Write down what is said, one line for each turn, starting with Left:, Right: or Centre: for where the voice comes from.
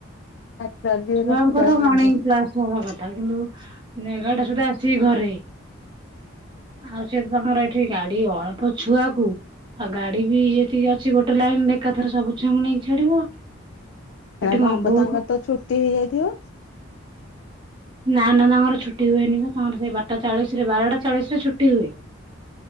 Left: ଆତି
Right: ଛୁଆଙ୍କର
Left: ରଡି
Right: ମର୍ଣ୍ଣିଂ
Left: <inaudible>
Right: କ୍ଲାସ ହବା କଥା କିନ୍ତୁ ଏଗାର ଟା ସୁଦ୍ଧା ଆସିକି ଘରେ ଆଉ ସେ ତାଙ୍କର ଏଠି ଗାଡି ଅଳ୍ପ ଛୁଆକୁ ଆଉ ଗାଡି ବି ଯେତିକି ଅଛି ଗୋଟେ ଲାଇନରେ ଏକାଥରେ ସବୁ ଛୁଆଙ୍କୁ ନେଇକି ଛାଡିବ। ସେଠି
Left: ଏଟା
Right: କଣ
Left: କପ
Right: ବହୁତ
Left: ତାଙ୍କର ତ ଛୁଟି ହେଇଯାଇଥିବ?
Right: ନାଁ ନାଁ ତାଙ୍କର ଛୁଟି ହୁଏନି ବା ତାଙ୍କର ସେଇ ବାରଟା ଚାଳିଶରେ ବାରଟା ଚାଳିଶ ରେ ଛୁଟି ହୁଏ।